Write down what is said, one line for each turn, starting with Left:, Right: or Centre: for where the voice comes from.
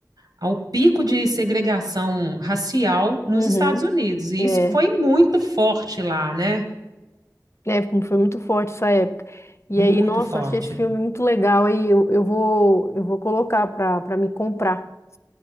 Right: ao pico de segregação racial
Left: Uhum.
Right: nos Estados Unidos. E
Left: É,
Right: isso
Left: Né?
Right: foi muito forte lá, né?
Left: É, foi muito forte essa época. E
Right: Muito
Left: aí, nossa,
Right: forte.
Left: eu achei esse filme muito legal. Aí eu, eu vou, eu vou colocar pra, pra me comprar.